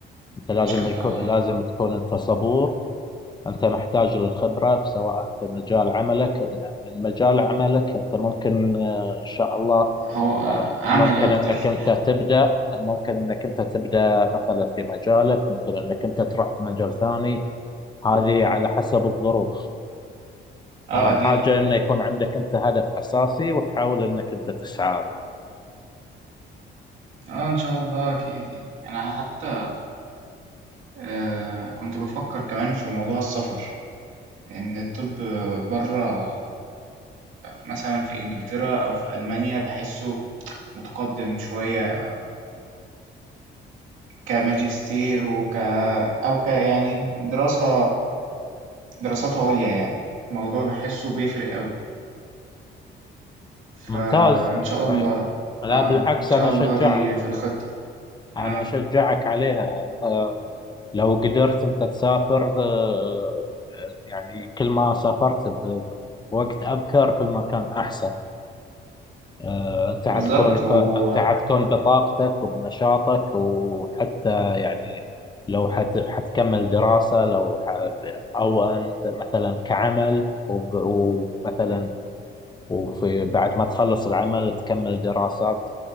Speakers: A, on the left (about 20°); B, on the right (about 80°).
A: أنت لازم
B: ان شاء
A: يكون
B: الله
A: لازم تكون أنت صبور أنت محتاج للخبرة سواء في مجال عملك من مجال عملك أنت ممكن آه، إن شاء الله
B: هو آه،
A: آه،
B: عملي
A: ممكن
B: اكتر
A: أنك أنت تبدأ ممكن أنك أنت تبدأ مثلا في مجالك ممكن أنك أنت تروح في مجال ثاني هذه على حسب الظروف
B: اه
A: أهم
B: اكيد
A: حاجة أنه يكون عندك أنت هدف أساسي وتحاول أنك أنت تسعى له
B: اه ان شاء الله اكيد يعني انا حتى آه كنت بفكر كمان في موضوع السفر ان الطب بره مثلا في انجلترا او في المانيا بحسه متقدم شوية كماجستير وك أو ك يعني دراسة دراسات عليا يعني الموضوع بحسه بيفرق أوي فإن
A: ممتاز
B: شاء الله
A: ف- لا
B: اه
A: بالعكس
B: إن شاء
A: أنا أشجعك
B: الله دي في الخطة
A: أنا
B: اه
A: أشجعك عليها آه، لو قدرت أنت تسافر آه، آه، يعني كل ما سافرت ب- بوقت أبكر كل ما كان أحسن آه، أنت
B: بالظبط
A: حتكون ف-
B: و...
A: أنت حتكون بطاقتك وبنشاطك وحتى يعني لو حت... حتكمل دراسة لو ح... أو أنت مثلا كعمل وب... ومثلا وفي بعد ما تخلص العمل تكمل دراسات